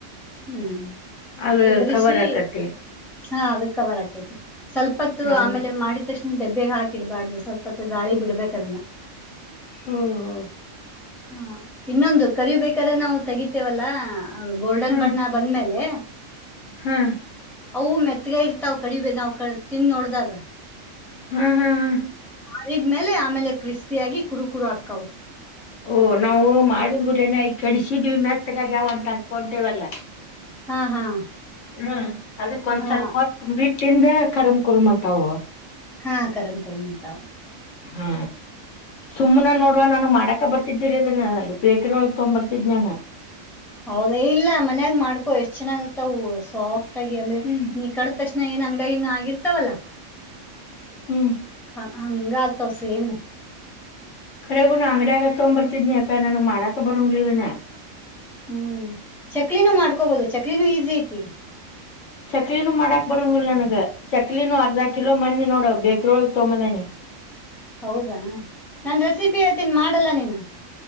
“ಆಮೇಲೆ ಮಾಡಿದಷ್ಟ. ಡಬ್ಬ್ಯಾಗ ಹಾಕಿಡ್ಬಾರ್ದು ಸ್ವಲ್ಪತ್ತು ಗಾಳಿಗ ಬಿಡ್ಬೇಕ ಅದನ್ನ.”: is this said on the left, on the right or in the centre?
Centre